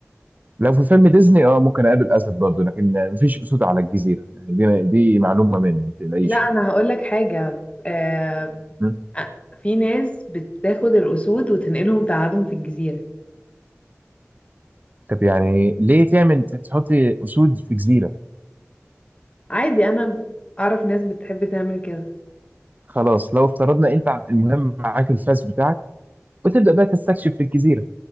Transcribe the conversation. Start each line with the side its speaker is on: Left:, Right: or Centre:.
Right: لو في فيلم ديزني اه ممكن اقابل اسد برضه لكن مفيش اسود على الجزيره يعني دي دي معلومه مني ما تقلقيش
Left: لا
Right: يعني
Left: انا هقول لك حاجة آه...
Right: م?
Left: في ناس بتاخد الاسود وتنقلهم تقعدهم في الجزيرة
Right: طب يعني ليه تعمل تحط اسود في جزيره
Left: عادي انا اعرف ناس بتحب تعمل كده
Right: خلاص لو افترضنا انت المهم معاك الفاس بتاعك وتبدا بقى تستكشف في الجزيره